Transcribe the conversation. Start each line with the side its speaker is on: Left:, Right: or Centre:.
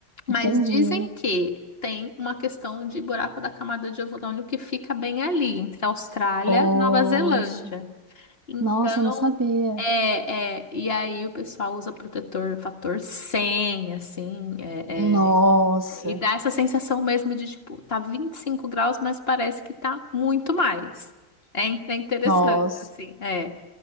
Left: Mas
Right: Entendi.
Left: dizem que tem uma questão de buraco da camada de ozônio que fica bem ali, entre a Austrália
Right: Oxe.
Left: e Nova Zelândia. Então,
Right: Nossa, eu não sabia.
Left: é, é, e aí o pessoal usa protetor fator 100, assim, é,
Right: Nossa.
Left: é, e dá essa sensação mesmo de, tipo, tá 25 graus, mas parece que tá muito mais. É, in- é interessante,
Right: Nossa.
Left: assim, é.